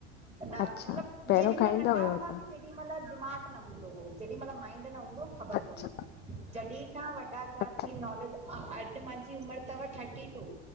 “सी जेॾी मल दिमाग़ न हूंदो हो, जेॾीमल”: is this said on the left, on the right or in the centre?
Right